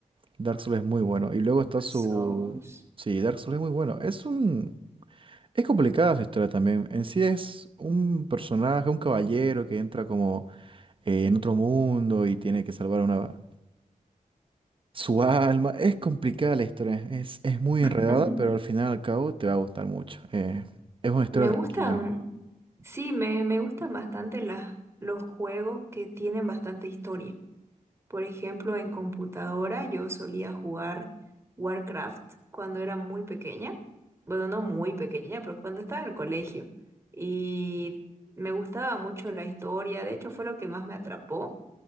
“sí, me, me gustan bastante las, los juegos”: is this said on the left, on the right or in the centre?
Right